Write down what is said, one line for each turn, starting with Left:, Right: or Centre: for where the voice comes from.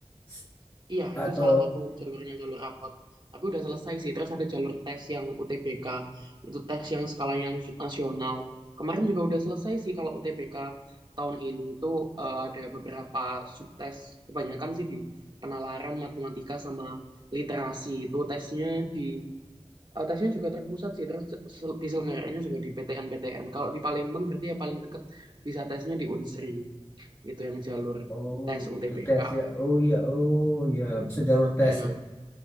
Left: S-
Right: Iya, itu
Left: Atau
Right: salah satu jalurnya jalur rapot. Tapi udah selesai sih. Terus ada jalur tes yang UTBK. Itu tes yang skalanya nas- nasional. Kemarin juga udah selesai sih kalau UTBK tahun ini itu eh, ada beberapa subtes. Kebanyakan sih di penalaran matematika sama literasi. Itu tesnya di eh, tesnya juga terpusat sih. Terus sel- diselenggarainnya juga di PTN-PTN. Kalau di Palembang berarti ya paling deket bisa tesnya di Unsri. Itu yang jalur
Left: Oh,
Right: tes
Left: begitu
Right: UTBK.
Left: tes ya. Oh iya, oh iya, bisa jalur tes
Right: Ya.
Left: ya.